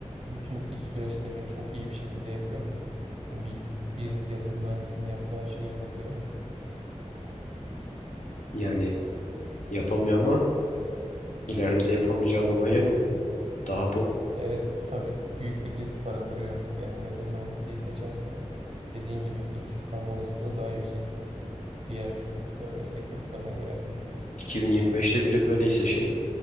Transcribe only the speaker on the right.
bütün iş süreçlerini çok iyi bir şekilde yapıyor mu? Yani bir, bir yazılım mühendisinin yaptığı her şeyi yapabiliyor mu?
E, Evet tabii büyük bir risk barındırıyor. Yani yazılım mühendisliği seçerse dediğin gibi işsiz kalma olasılığı daha yüksek. diğer e, meslek gruplarına göre.